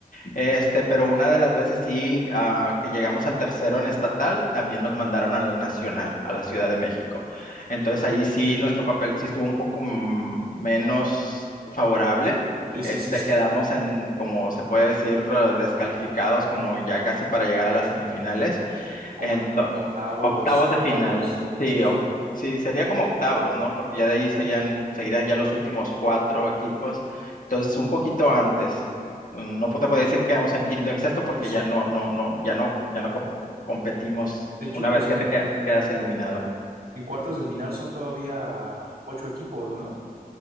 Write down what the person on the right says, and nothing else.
Sí,
sí, sí, sí.
Como
en octavos,
cuartos.
Sí,
sí,
sí, sí.
De hecho,
pues
en,
en,
en cuartos de final son todavía ocho equipos, ¿no?